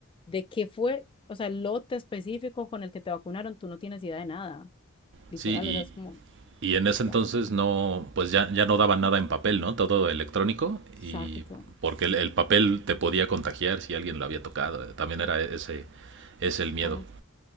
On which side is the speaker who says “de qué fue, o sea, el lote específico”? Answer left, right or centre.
Left